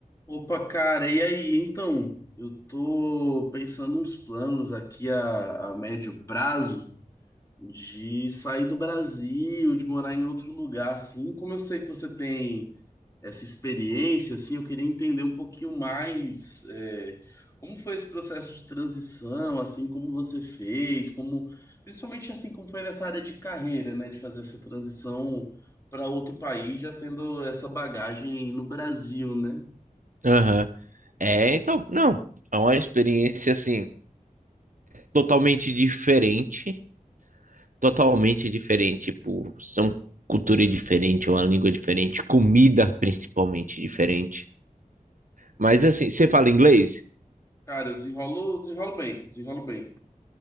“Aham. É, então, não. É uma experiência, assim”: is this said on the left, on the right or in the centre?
Right